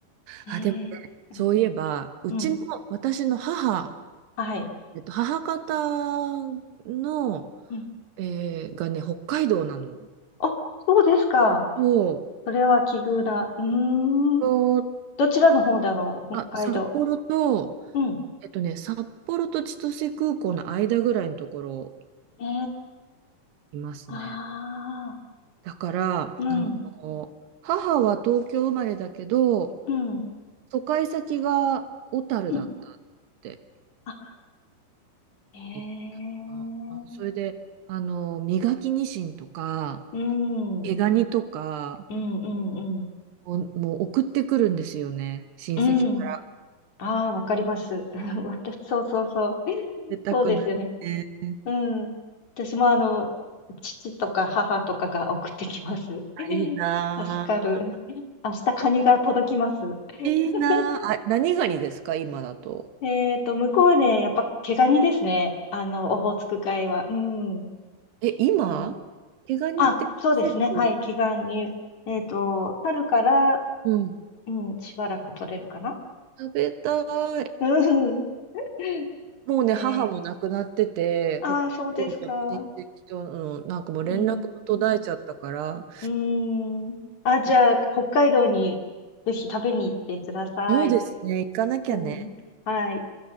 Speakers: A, on the left; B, on the right.
A: ー。
B: あ、
A: ええう
B: でもね、そういえば、うちの、
A: ん、うん、
B: 私の母、
A: はい。
B: えっと、母方の、
A: うん。
B: えーがね、北海道なの。
A: あ、そうですか。
B: そ
A: それは奇遇だ。うーん。
B: う。えっと、
A: どちらの方だろう、
B: あ、
A: 北海道。
B: 札幌と、
A: うん。
B: えっとね、札幌と千歳空港の間ぐらいのところ
A: え
B: いますね。
A: えああ
B: だから、あの、
A: うん、
B: 母は東京生まれだけど、
A: うん、
B: 疎開先が小樽だったっ
A: うん。
B: て
A: あ、ええ
B: 言ったな。それで、あの、磨きニシンとか、
A: うん、
B: 毛ガニとか
A: うん、うん、うん。
B: を、もう送ってくるんですよね。親戚から。
A: うん。ああ、わかります。<laughs> 私、そうそうそう。<laughs>
B: 出たくなって。
A: そうですよね。うん。私もあの、父とか母とかが送ってきます。<laughs>
B: あいいな
A: 助かる。明日カニが届きます。<laughs>
B: ぁいいなああ、何ガニですか、今だと。
A: えっと、向こうね、やっぱ毛ガニですね。あの、オホーツク海は。うん。
B: え、今毛ガニって季節、
A: あの、あ、そうですね。はい、毛ガニ。えっと、春から、
B: うん、
A: うん、しばらく取れるかな。
B: 食べたい。
A: うん。<laughs>
B: もうね、
A: えー、
B: 母も亡くなってて、
A: ああ、
B: 北
A: そうですか。
B: 海道の親戚との、なんかもう連絡も途絶えちゃったから、
A: うん。うん。あ、じゃあ、
B: な
A: 北海道にぜひ食べに行ってください。
B: そうですね、行かなきゃね、
A: うん。はい。